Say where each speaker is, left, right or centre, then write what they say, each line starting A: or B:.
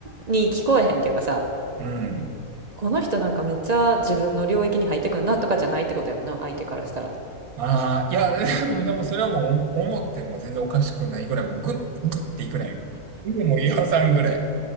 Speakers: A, on the right; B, on the right.
A: に聞こえへんっていうかさ、
B: う。うん。
A: この人なんかめっちゃ自分の領域に入ってくんなとかじゃないってことやもんな、相手からしたら。
B: ああ、いや、<laughs> でもそれはもうお思っても全然おかしくないぐらい、もうグッ、グッていくね。でもう岩さんぐらい。